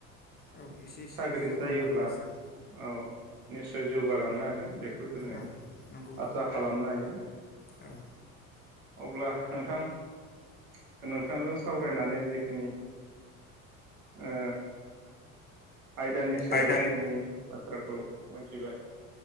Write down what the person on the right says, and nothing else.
साग्रिद
जायोब्ला औ निस्सय जौगालांनो हागोन बेखौ जोङो
आसा खालामनो हायो।
अब्ला नोंथां नोंथांजों सावरायनानै जिखिनि ओ आयदानि सायाव
जिखिनि बाथ्राखौ मिथिबाय